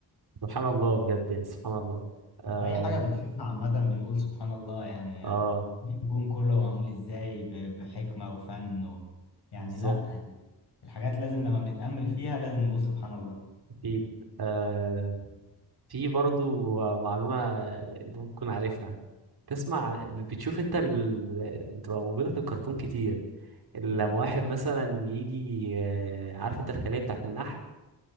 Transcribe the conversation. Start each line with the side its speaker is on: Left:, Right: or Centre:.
Right: سبحان الله بجد يعني سبحان الله اه
Left: اي حاجه بنشوفها عامه بنقول سبحان الله يعني
Right: اه
Left: الكون كله معمول ازاي ب... بحكمه وفن و... يعني
Right: بالظبط
Left: لا الحاجات لازم لما بنتامل فيها لازم نقول سبحان الله
Right: اكيد آه في برضو معلومه انت ممكن تكون عارفها تسمع عن- بتشوف انت ال... بتبقى موجوده في الكرتون كتير لما
Left: امم
Right: واحد مثلا يجي آه، عارف انت الخليه بتاعت النحل